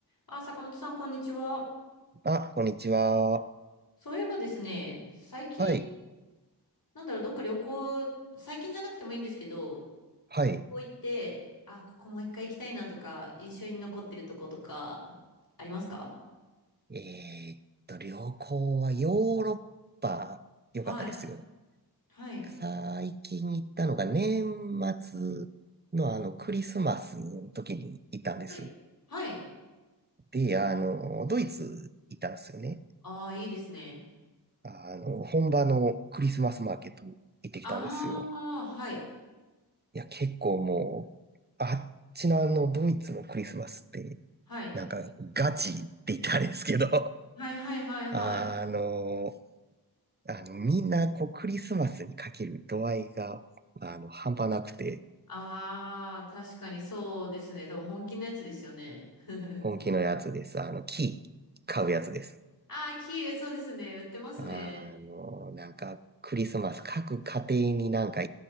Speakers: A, on the left; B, on the right.
A: あ、坂本さん、こんにちは。
B: あ、こんにちは。
A: そういえばですね、最近、
B: はい。
A: なんだろう、どっか旅行、最近じゃなくてもいいんですけど、
B: はい。
A: 旅行行って、あ、ここもう一回行きたいなとか、印象に残ってるとことか、ありますか
B: えーっと、旅行はヨーロッパ、良かったですよ。
A: はい。はい。
B: 最近行ったのが年末のあの、クリスマスの時に行ったんです。
A: はい。はい。
B: で、あの、ドイツ行ったんですよね。
A: ああ、いいですね。
B: あの、本場のクリスマスマーケットに行ってきたんですよ。
A: ああ、はい。
B: いや、結構もう、あっちのあの、ドイツのクリスマスって、
A: はい。
B: なんか、ガチって言ったらあれですけど、
A: はいはいはいはい。
B: あのあの、みんな、こう、クリスマスにかける度合いが、あの、半端なくて、
A: ああ、確かにそうですね。多分本気のやつですよね。<laughs>
B: 本気のやつです。あの、木、買うやつです。
A: ああ、キウイ、そうですね。売ってますね。
B: あの、なんか、クリスマス、各家庭になんか、